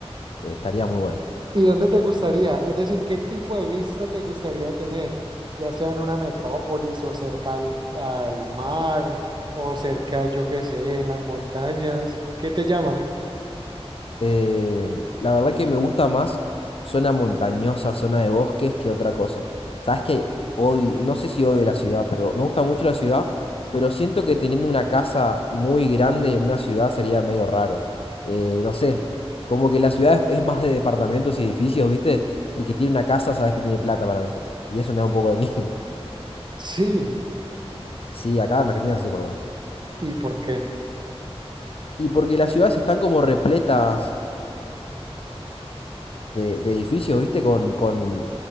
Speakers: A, on the left; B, on the right.
A: eh, estaría muy bueno.
B: ¿Y dónde te gustaría? Es decir, ¿qué tipo de vista te gustaría tener? Ya sea en una metrópolis o cerca al, al mar o cerca, yo qué sé, en las montañas. ¿Qué te llama?
A: Eh, la verdad que me gusta más zona montañosa, zona de bosques que otra cosa. Sabes que odio, no sé si odio la ciudad, pero me gusta mucho la ciudad, pero siento que teniendo una casa muy grande en una ciudad sería medio raro. Eh, no sé, como que la ciudad es, es más de departamentos y edificios, ¿viste? El que tiene una casa, sabes que tiene plata para mí. Y eso me da un poco de miedo. <laughs>
B: Sí.
A: Sí, acá en Argentina sí, por lo menos.
B: ¿Y por qué?
A: Y porque las ciudades están como repletas de, de edificios, ¿viste? Con, con,